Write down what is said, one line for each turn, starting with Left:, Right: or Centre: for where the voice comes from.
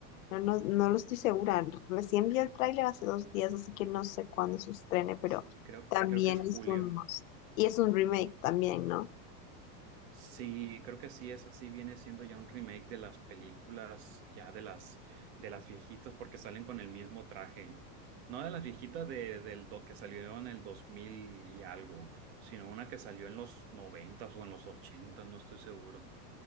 Left: No, no, no lo estoy segura. Recién vi el tráiler hace dos días, así que no sé cuándo se estrene, pero
Right: Sí, creo,
Left: también
Right: creo que es julio.
Left: es un must. Y es un remake también, ¿no?
Right: Sí, creo que sí, esa sí viene siendo ya un remake de las películas ya de las de las viejitas porque salen con el mismo traje. No de las viejitas de, del do- que salió en el 2000 y algo, sino una que salió en los 90 o en los 80 no estoy seguro.